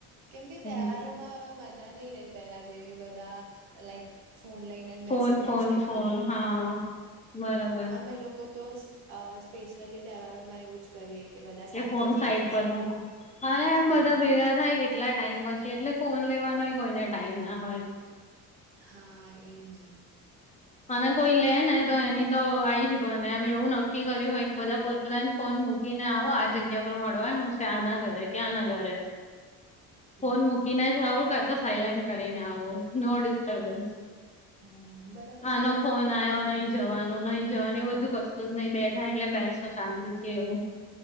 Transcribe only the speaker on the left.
હમ
ફોન
ફોન
ફોન હા બરોબર
ફોન
સાઈટ
પર
મૂક અને એમ
બધા ભેગા થાય કેટલા ટાઈમ પછી એટલે ફોન લેવાનોય કોઈને ટાઈમ ના હોય.
મને કોઈ લે ને તો એની તો આઈ જ બને એ એવું નક્કી કર્યું હોય બધા પોતપાન ફોન મૂકીને આવો આ જગ્યા પર મળવાનું છે આના ઘરે ક્યાં ના ઘરે
ફોન મૂકીને જાવ કાત તો સાયલેન્ટ કરીને આવો નો ડિસ્ટર્બન્સ
આનો
ફોન આયો ને અહીં જવાનુ ને અહીં જવાનું એ બધું કશ તો જ નહી બેઠા એટલે બેસ તો શાંતિ છે એવુ.